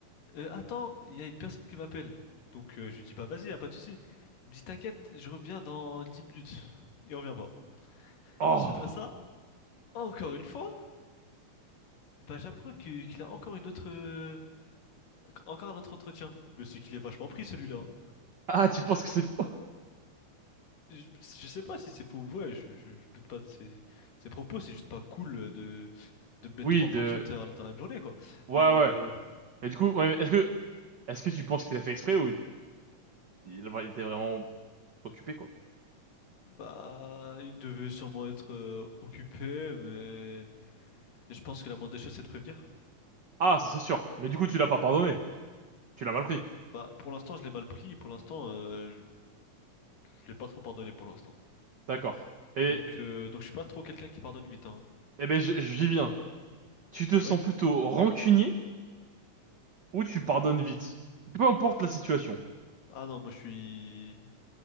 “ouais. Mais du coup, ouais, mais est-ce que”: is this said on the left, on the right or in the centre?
Right